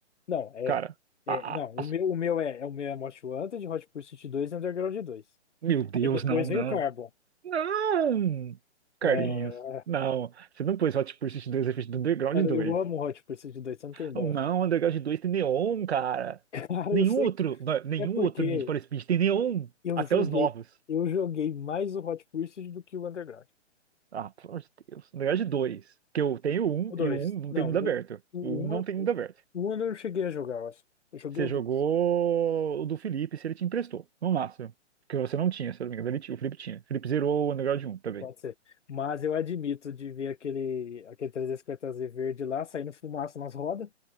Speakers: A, on the left; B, on the right.
A: Não, é.
B: Cara, a,
A: É, não,
B: a-
A: o
B: as-
A: meu, o meu é, é o meu é Most Wanted, Hot Pursuit 2 e Underground dois
B: meu Deus,
A: Aí depois
B: não, não.
A: vem o Carbon.
B: Não! Carlinhos,
A: É,
B: não. Você não pôs Hot Pursuit 2 na frente do Underground
A: cara,
B: 2.
A: eu amo o Hot Pursuit dois você não tem ideia.
B: Não, Underground 2 tem neon, cara.
A: <laughs> Cara,
B: Nenhum
A: eu sei
B: outro, não, nenhum
A: que é porque
B: outro Need for Speed tem neon.
A: eu
B: Até
A: joguei,
B: os novos.
A: eu joguei mais o Hot Pursuit do que o Underground.
B: Ah, pelo amor de Deus. Na verdade, dois. Porque eu tenho um
A: O dois
B: e o um não
A: Não,
B: tem mundo
A: o
B: aberto.
A: o, um-
B: O um não tem mundo aberto.
A: o, um eu não cheguei a jogar, eu acho. Eu joguei
B: Você
A: o
B: jogou
A: dois
B: o do Felipe se ele te emprestou, no máximo. Porque você não tinha, se eu não me engano. Ele, ti- o Felipe tinha. O Felipe zerou o Underground um também.
A: Pode ser. Mas eu admito de ver aquele, aquele 350Z verde lá saindo fumaça nas rodas.